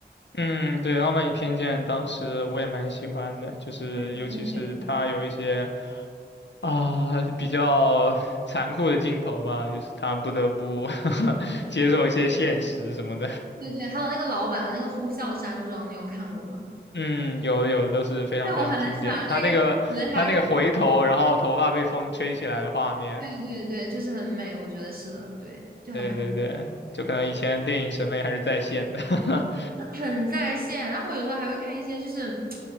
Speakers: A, on the left (about 90°); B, on the right (about 55°).
A: 嗯，对，《傲慢与偏见》当时我也蛮喜欢的，就是尤其是他有一些
B: 对
A: 啊、比较残酷的镜头吧，就是他不得不 <laughs> 接受一些现实什么的。
B: 对对，还有那个老版的那个《呼啸山庄》，你有看过吗？
A: 嗯，有的有的都是非常非常经典。
B: 对，我很喜欢那个，
A: 他那个他那个回头，
B: 觉得她
A: 然后头发被风吹起来的画面，
B: 对对对，就是很美，我觉得是的，对，就还蛮。
A: 对对对，
B: 蛮多。
A: 就可能以前电影审美还是在线的。<laughs>
B: 很在线。然后我有时候还会看一些，就是